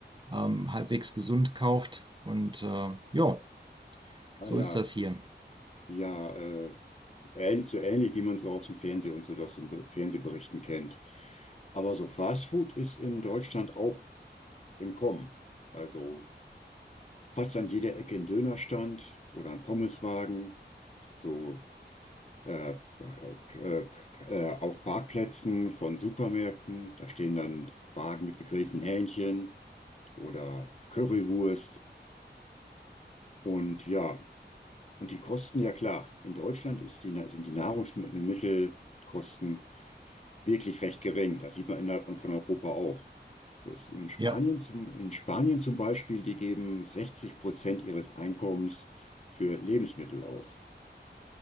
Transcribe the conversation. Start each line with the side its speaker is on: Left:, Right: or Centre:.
Right: ähm, halbwegs gesund kauft. Und äh, ja,
Left: Ah,
Right: so
Left: ja,
Right: ist das hier.
Left: ja, äh, ähn- so ähnlich wie man es auch aus dem Fernsehen und so das im Be- Fernsehberichten kennt. Aber so Fast Food ist in Deutschland auch im Kommen. Also fast an jeder Ecke ein Dönerstand oder ein Pommeswagen. So äh, äh, äh, auf Parkplätzen von Supermärkten. Da stehen dann Wagen mit gegrillten Hähnchen oder Currywurst. Und ja, und die Kosten, ja klar, in Deutschland ist die, sind die Nahrungsmittelkosten wirklich recht gering. Das sieht man innerhalb von von Europa auch. So ist In Spanien
Right: Ja.
Left: zum, in Spanien zum Beispiel, die geben 60 Prozent ihres Einkommens für Lebensmittel aus.